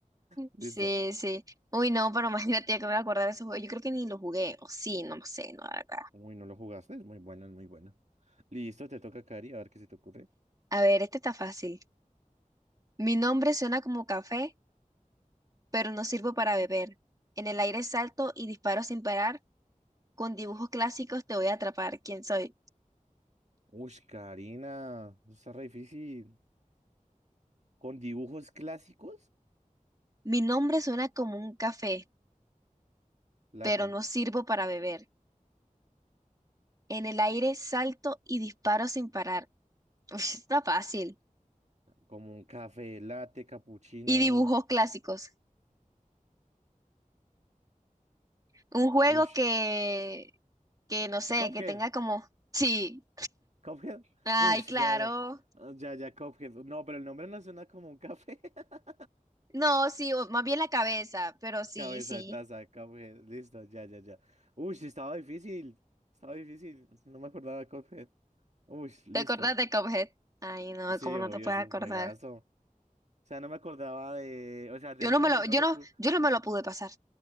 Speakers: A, on the right; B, on the right.
A: Listo.
B: Sí, sí. Uy, no, pero <laughs> imagínate que me voy a acordar de ese juego. Yo creo que ni lo jugué, o sí, no lo sé, no, la verdad.
A: Uy, no lo jugaste, es muy bueno, es muy bueno. Listo, te toca Cari, a ver qué se te ocurre.
B: A ver, este está fácil. Mi nombre suena como café, pero no sirvo para beber. En el aire salto y disparo sin parar. Con dibujos clásicos te voy a atrapar. ¿Quién soy?
A: Uy, Karina, eso está re difícil. ¿Con dibujos clásicos?
B: Mi nombre suena como un café,
A: Late,
B: pero no sirvo para beber. En el aire salto y disparo sin parar. <laughs> Uf, está fácil.
A: como un café, latte, capuchino.
B: Y dibujos clásicos. Un juego
A: Ush.
B: que, que no sé,
A: Cuphead.
B: que tenga como... Sí.
A: Cuphead.
B: Ay,
A: Ush,
B: claro.
A: ya, ya. Ya, ya, Cuphead. No, pero el nombre no suena como un café. <laughs>
B: No, sí, o más bien la cabeza, pero sí,
A: Cabeza
B: sí.
A: de taza, Cuphead. Listo, ya, ya, ya. Ush, estaba difícil. Estaba difícil. No me acordaba de Cuphead. Ush, listo.
B: ¿Te acordás de Cuphead? Ay, no,
A: Sí,
B: ¿cómo no
A: obvio,
B: te puedes
A: ese
B: acordar?
A: es un juegazo. O sea, no me acordaba de. O sea, del
B: Yo no
A: nombre,
B: me lo,
A: no
B: yo
A: lo
B: no,
A: pude.
B: yo no me lo pude pasar.